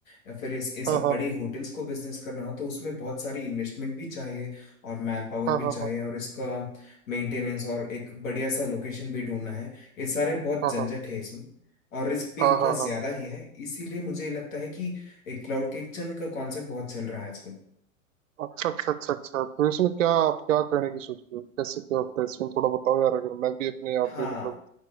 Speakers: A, on the left; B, on the right.
A: या फिर इस ये सब
B: हाँ हाँ
A: बड़ी होटल्स को बिजनेस करना हो तो उसमें बहुत सारी इन्वेस्टमेंट भी चाहिए और मैन पावर
B: हाँ
A: भी
B: हाँ
A: चाहिए
B: हाँ
A: और इसका मेंटेनेंस और एक बढ़िया सा लोकेशन भी ढूंढना है ये सारे बहुत
B: हाँ
A: झंझट
B: हाँ
A: है इसमें और रिस्क भी
B: हाँ
A: उतना
B: हाँ हाँ
A: ज्यादा ही है इसीलिए मुझे लगता है कि एक क्लाउड किचन का कॉन्सेप्ट बहुत चल रहा है आजकल
B: अच्छा अच्छा अच्छा अच्छा तो इसमें क्या आप क्या करने की सोच रहे हो कैसे क्या होता है इसमें थोड़ा बताओ यार अगर मैं भी अपने यहाँ
A: हाँ
B: पे मतलब